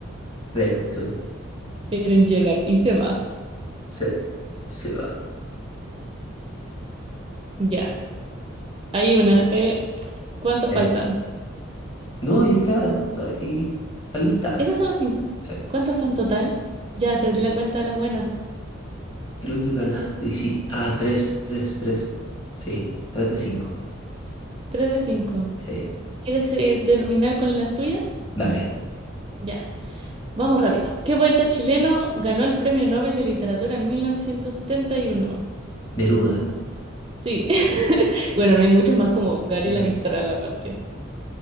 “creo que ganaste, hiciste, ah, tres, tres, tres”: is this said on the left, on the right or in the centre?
Left